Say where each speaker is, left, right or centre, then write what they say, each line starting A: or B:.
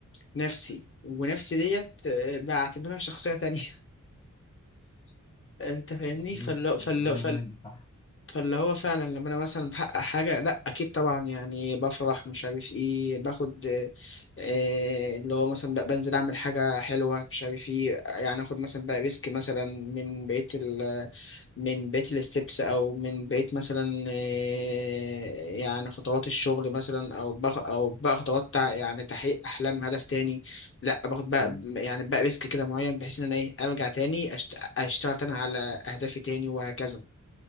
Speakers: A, on the left (about 45°); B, on the left (about 20°).
A: نفسي ونفسي ديت آه، بعتبرها شخصية تانية <laughs> أنت فاهمني
B: بيني
A: فال فال
B: بيني وبينك ده صح
A: فاللي هو فعلا لما انا مثلا بحقق حاجه لا اكيد طبعا يعني بفرح مش عارف ايه باخد آه، اللي هو مثلا بقى بنزل اعمل حاجه حلوه مش عارف ايه يعني اخد مثلا بقى ريسك مثلا من بقيه ال من بقيه الستبس او من بقيه مثلا آه، يعني خطوات الشغل مثلا او بخ او بقى خطوات تع- يعني تحقيق احلام هدف تاني لا باخد بقى
B: امم
A: يعني بقى ريسك كده معين بحيث ان انا ايه ارجع تاني أشت- اشتغل تاني على اهدافي تاني وهكذا